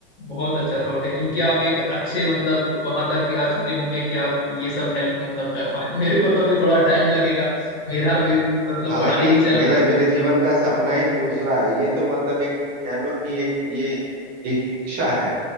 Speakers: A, on the left; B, on the right.
A: बहुत अच्छा थॉट है क्योंकि आप एक अच्छे मतलब वहां तक भी आ चुके होंगे कि आप ये सब हेल्प मतलब कर पाए मेरे को तो भी थोड़ा टाइम लगेगा मेरा भी मतलब
B: हालांकि
A: पढ़ाई ही चल
B: मेरा
A: रहा है
B: मेरे जीवन का सपना ही दूसरा है ये तो मतलब एक कह लो कि एक ये इच्छा है